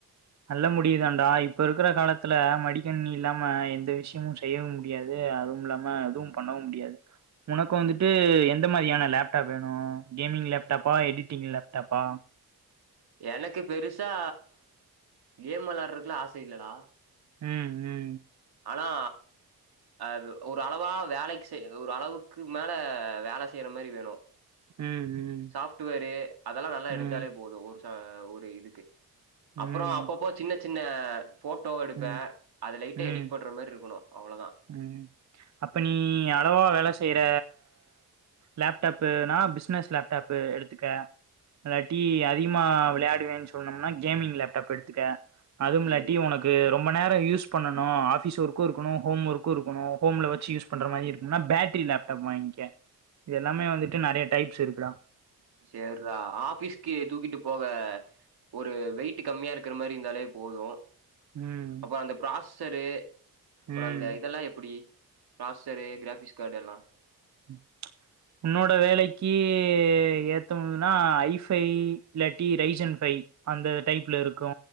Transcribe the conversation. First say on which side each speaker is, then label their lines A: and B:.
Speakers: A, on the right; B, on the right.
A: நல்ல முடிவுதான்டா இப்ப இருக்குற காலத்துல மடிக்கண்ணி இல்லாம எந்த விஷ்யமும் செய்யம் மு முடியாது அதுவு இல்லாம எதுவு பண்ணவு முடியாது உனக்கு வந்துட்டு எந்த மாறியான லேப்டாப் வேணு கேமிங் லேப்டாப்பா எடிட்டிங் லேப்டாப்பா
B: எனக்கு பெருசா கேம் விளாடுறதுக்குலா ஆச இல்லடா
A: ம் உம்
B: ஆனா அது ஒரு அளவா வேலைக்கு செய் ஒரு அளவுக்கு மேல வேல செய்ற மாறி வேணு
A: ம், ம்,
B: சாஃப்ட்வேரு அதெல்லா நல்லா
A: ம்,
B: எடுத்தாலே போது ஒரு ச ஒரு இதுக்கு
A: ம்,
B: அப்ரோ அப்பப்போ சின்ன சின்ன போட்டோ எடுப்பே
A: ம்,
B: அது லைட்டா
A: ம்,
B: எடி பண்ற மாறி இருக்கணு அவ்ளதா
A: ம். அப்ப நீ அளவா வேல செய்ற லேப்டாப்புனா பிஸ்னெஸ் லேப்டாப்பு எடுத்துக்க இல்லாட்டி அதிகமா விளையாடுவேன்னு சொன்னம்னா கேமிங் லேப்டாப் எடுத்துக்க அதுவுமில்லாட்டி
B: சரி
A: உனக் க்கு ரொம்ப நேர யூஸ் பண்ணணு ஆஃபீஸ் ஒர்க்கு இருக்கணு ஹோம் ஒர்க்கு இருக்கணு ஹோம்ல வச்சி யூஸ் பண்ற மாரி இருக்கும்னா பேட்டரி லேப்டாப் வாங்கிக்க இது எல்லாமே வந்துட்டு நிறைய டைப்ஸ் இருக்குடா
B: சேர் ட்ரா ஆபிஸ்க்கு தூக்கிட்டு போக ஒரு வெயிட் கம்மியா இருக்கற மாரி இருந்தாலே போது
A: ம்
B: அப்புற அந்த ப்ராஸ்சரு அப்புற
A: ம்
B: அந்த இதெல்லா எப்புடி ப்ராஸ்சரு கிராபிக்ஸ் கார்டு எல்லா
A: ம் உன்னோட வேலைக்கி ஏத்தமுதுனா ஐஃபை இல்லாட்டி ரைஜன் ஃபை அந்த டைப்ல இருக்கு